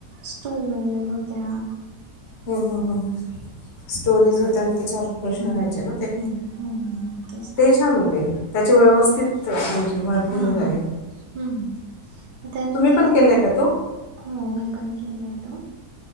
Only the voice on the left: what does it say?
हो हो हो स्टोरीज होत्या आणि त्याच्यावर प्रश्न व्हायचे
ना ते
ते छान होते त्याचे व्यवस्थित म्हणजे भरपूर
झाले
तुम्ही
पण केलाय का तो